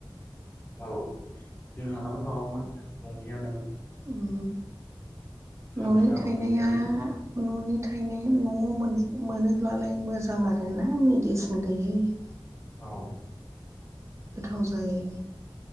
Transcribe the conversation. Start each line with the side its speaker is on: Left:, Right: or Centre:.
Left: औ जोंहानाबो माबामोन न'नियानोमोन।
Right: उम
Left: हांसोआबो
Right: न'नि थायनाया
Left: न'नियानो
Right: न'नि थायनाय न'आव मोनज मोनोब्लालाय मोजां आरोना मेडिसिन गैयि। <inaudible>
Left: औ
Right: गोथाव जायो।